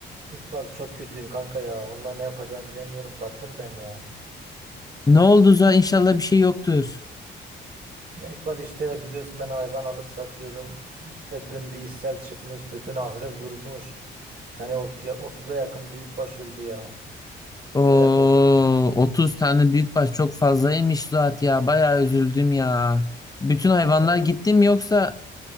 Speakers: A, on the right (about 50°); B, on the left (about 20°).
A: İkbal çok kötüyüm kanka ya. Vallahi ne yapacağımı bilemiyorum. Battım ben ya.
B: Ne oldu Zuhal? İnşallah bir şey yoktur.
A: Ya İkbal işte biliyorsun ben hayvan alıp satıyordum. İşte dün bir sel çıkmış. Bütün ahırı vurmuş. Yani ot- ya- otuza yakın büyükbaş öldü ya.
B: Oo,
A: Telef oldu resmen.
B: 30 tane büyükbaş çok fazlaymış Zuhat ya. Bayağı üzüldüm ya. Bütün hayvanlar
A: Evet.
B: gitti mi yoksa